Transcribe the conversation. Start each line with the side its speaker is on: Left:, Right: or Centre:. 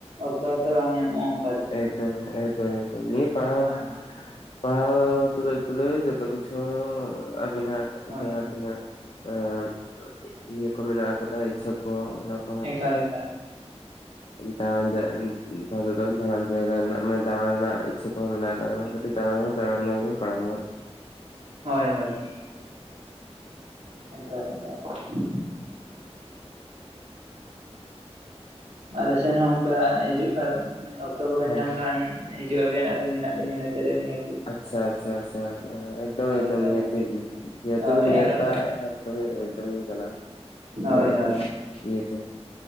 Right: ᱚᱠᱛᱚ ᱦᱚᱸᱛᱚ ᱵᱟᱝ ᱧᱟᱢᱚᱜᱼᱟ ᱾
Left: ᱮᱠᱫᱚᱢ ᱮᱠᱫᱚᱢ ᱮᱠᱫᱚᱢ ᱱᱤᱭᱟᱹ ᱯᱟᱲᱦᱟᱣᱼᱼ
Right: ᱦᱳᱭ
Left: ᱯᱟᱲᱦᱟᱣ ᱛᱩᱞᱩᱡ ᱛᱩᱞᱩᱡ ᱡᱷᱚᱛᱚ ᱠᱤᱪᱷᱩ ᱟᱵᱤᱱᱟᱜ
Right: ᱦᱳᱭ
Left: ᱡᱟᱦᱟᱸ
Right: ᱦᱳᱭ
Left: ᱛᱤᱱᱟᱹᱜᱼᱼ ᱟ <inaudible> ᱤᱭᱟᱹ ᱠᱚ ᱢᱮᱱᱟᱜ ᱠᱟᱫᱟ ᱤᱪᱪᱷᱟ ᱠᱚ ᱾
Right: ᱮᱠᱟᱞ ᱮᱠᱟᱞ ᱾
Left: ᱵᱟᱝ ᱵᱟᱜ <unintelligible> ᱫᱟᱬᱟᱱ ᱡᱟᱭᱜᱟ ᱨᱮᱱᱟ ᱫᱟᱬᱟᱱ ᱨᱮᱱᱟᱜ ᱤᱪᱪᱷᱟᱹ ᱠᱚᱦᱚᱸ ᱢᱮᱱᱟᱜ ᱟᱠᱟᱫᱟ ᱾ ᱠᱟᱹᱴᱤᱡ ᱫᱟᱬᱟᱱ ᱫᱚ ᱫᱟᱬᱟᱱ ᱧᱚᱜᱽ ᱢᱮ ᱯᱟᱲᱟᱣ ᱢᱮ ᱾
Right: ᱦᱚᱭ ᱦᱚᱭ, ᱮᱠᱟᱨ ᱮᱠᱟᱨ <unintelligible> ᱟᱞᱮ ᱥᱮᱱ ᱦᱚᱸ ᱚᱱᱠᱟ ᱦᱤᱡᱩᱜ ᱠᱷᱟᱱ, ᱚᱠᱛᱚ ᱠᱚᱵᱮᱱ
Left: ᱦᱮᱸ
Right: ᱧᱟᱢ ᱠᱷᱟᱱᱼᱼ ᱦᱤᱡᱩᱜ ᱟᱵᱮᱱ ᱟᱹᱞᱤᱧ ᱢᱮᱱᱟᱜ ᱞᱤᱧᱟ ᱱᱚᱛᱮᱨᱮ ᱢᱮᱥᱼᱼ
Left: ᱟᱪᱪᱷᱟ ᱟᱪᱪᱷᱟ ᱟᱪᱪᱷᱟ᱾ ᱦᱮᱸ ᱮᱫᱚᱢ ᱮᱫᱚᱢ
Right: ᱮᱠᱟᱞ
Left: ᱱᱤᱦᱟᱹᱛᱤ ᱡᱮᱦᱩᱛᱩ
Right: ᱦᱳᱭ
Left: ᱵᱤᱱ ᱱᱮᱣᱛᱟᱭᱮᱜ-ᱟ
Right: ᱟᱨ ᱚᱱᱠᱟ
Left: ᱛᱚᱵᱮ ᱮᱠᱫᱚᱢ ᱞᱤᱧ ᱧᱟᱞᱟᱜ-ᱟ᱾ ᱯᱩᱨᱟᱹ
Right: ᱦᱳᱭ ᱦᱳᱭ
Left: ᱤᱭᱟᱹ ᱛᱮ᱾